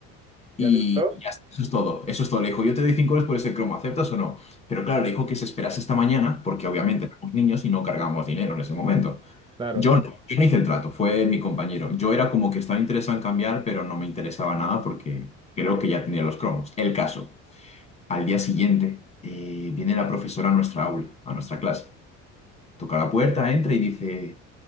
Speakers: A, on the right; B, on the left.
A: ¿Ya
B: y
A: aceptó?
B: ya está, eso es todo, eso es todo. Le dijo, yo te doy 5 euros por ese cromo, ¿aceptas o no? Pero claro, le dijo que se esperase esta mañana, porque obviamente éramos niños y no cargábamos dinero en ese momento.
A: Claro.
B: Yo no, yo no hice el trato, fue mi compañero. Yo era como que estaba interesado en cambiar, pero no me interesaba nada porque creo que ya tenía los cromos. El caso, al día siguiente eh, viene la profesora a nuestra aula, a nuestra clase. Toca la puerta, entra y dice,